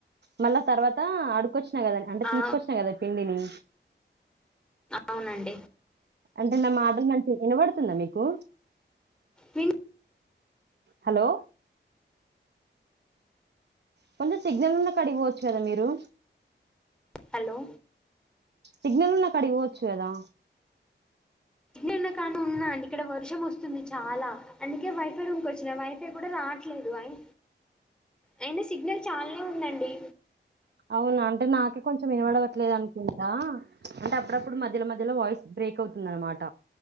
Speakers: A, on the right; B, in the centre.
A: మళ్ళా తర్వాత అడుకొచ్చి కొచ్చిన అంటే
B: ఆ
A: తీసుకొచ్చిన కదా పిండిని
B: అవునండి
A: అంటే నా మాటలు నాకి వినబడుతుందా మీకు
B: విన్
A: హలో కొంచం సిగ్నల్ ఉన్నా కాటికి పోవచ్చు కదా మీరు
B: హలో
A: సిగ్నల్ ఉన్న కడికి పోచ్చు కదా
B: నిన్న కాన ఉన్నా అండి ఇక్కడ వర్షం వస్తుంది చాలా అంటే అందుక్ కే వైఫై రూమ్ వచ్చిన వైఫై కూడా రావట్లేదు అయి అయిన సిగ్నల్ చాలా ఉందండి
A: అవునా అంటే నాకే కొంచెం వినబడవట్లేదు అనుకుంటా అంటే అప్పుడప్పుడు మధ్యలో మధ్యలో వాయిస్ బ్రేక్ అవుతుందనమాట